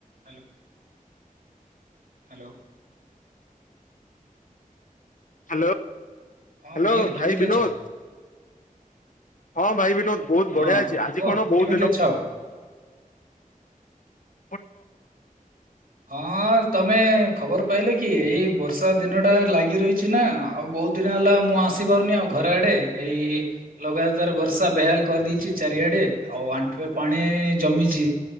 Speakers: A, on the right; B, on the left.
A: Hello hello
B: hello,
A: ହଁ
B: hello
A: Mihir କେମିତି
B: ଭାଇ ବିନୋଦ।
A: ଅଛ?
B: ହଁ ଭାଇ ବିନୋଦ ବହୁତ
A: ହଁ
B: ବଢିଆ ଅଛି। ଆଜି
A: କୁହ
B: କଣ ବହୁତ
A: କେମିତି
B: ଦିନ
A: ଅଛ?
B: -- ପରେ
A: ହଁ ତମେ ଖବର ପାଇଲେ କି ଏଇ ବର୍ଷା ଦିନ ଟା ଲାଗି ରହିଛି ନା। ଆଉ ବହୁତ ଦିନ ହେଲା ମୁଁ ଆସି ପାରୁନି ଆଉ ଘର ଆଡେ ଏଇ ଲଗାତାର ବର୍ଷା ବେହାଲ କରିଦେଇଛି ଚାରିଆଡେ ଆଉ ଆଣ୍ଠୁଏ ପାଣି ଜମିଛି।